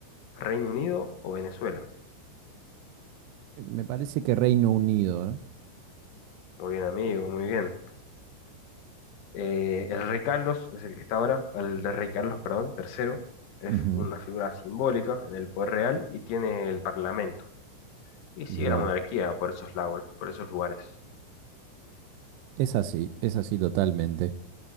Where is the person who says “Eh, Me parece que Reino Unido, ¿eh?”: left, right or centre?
Right